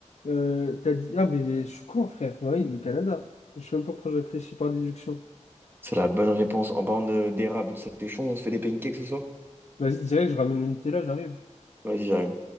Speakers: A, on the left (about 60°); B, on the right (about 15°).
A: Euh, t'as dit... Ah, mais je suis con, frère. Bah oui, le Canada. Je sais même pas pourquoi je réfléchis par déduction.
B: C'est la bonne réponse. En parlant de- d'érable, ça t'es chaud, on se fait des pancakes ce soir?
A: Vas-y, direct, je ramène le Nutella, j'arrive.
B: Vas-y, j'arrive.